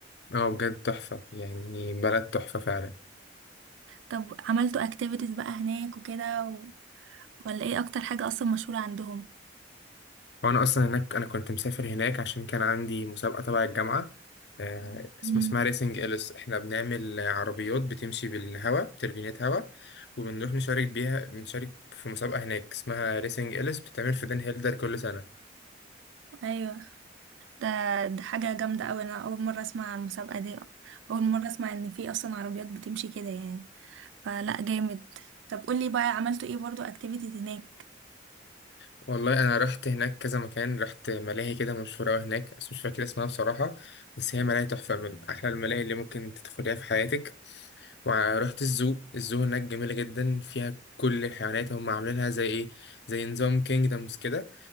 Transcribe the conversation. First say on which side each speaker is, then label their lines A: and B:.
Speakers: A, on the left; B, on the right.
A: اه بجد تحفه يعني بلد تحفه فعلا
B: طب عملتوا اكتيفيتيز بقى هناك وكده و... ولا ايه اكتر حاجه اصلا مشهوره عندهم
A: وانا اصلا هناك انا كنت مسافر هناك عشان كان عندي مسابقه تبع الجامعه آه اسمه
B: مم.
A: اسمها ريسنج اليس احنا بنعمل عربيات بتمشي بالهواء تربينات هواء وبنروح نشارك بيها بنشارك في مسابقه هناك اسمها ريسنج اليس بتتعمل في دن هيلدر كل سنه
B: ايوه ده ده حاجه جامده قوي انا اول مره اسمع عن المسابقه دي اول مره اسمع ان في اصلا عربيات بتمشي كده يعني فلا جامد طب قولي بقى عملتوا ايه برضو اكتيفيتيز هناك
A: والله انا رحت هناك كذا مكان رحت ملاهي كده مشهوره قوي هناك بس مش فاكر اسمها بصراحه بس هي ملاهي تحفه من احلى الملاهي اللي ممكن تدخليها في حياتك ورحت الزو الزو هناك جميله جدا فيها كل الحيوانات هم عاملينها زي ايه زي نظام كينجدمز كده